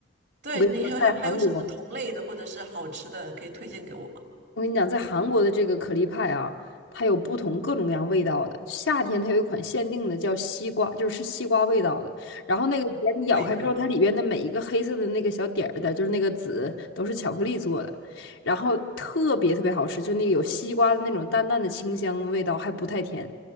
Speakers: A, on the right (about 55°); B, on the left (about 80°).
A: 对，
B: 我跟你说，
A: 你还有还有什么同类的或者是好吃的可以推荐给我吗？
B: 在韩国。我跟你讲，在韩国的这个可丽派啊，它有不同各种各样味道的。夏天它有一款限定的叫西瓜，就是西瓜味道的。然后那个里边你咬开之后，
A: 可以可以。
B: 它里边的每一个黑色的那个小点儿的，就是那个籽，都是巧克力做的，然后特别特别好吃，就那个有西瓜的那种淡淡的清香味道，还不太甜。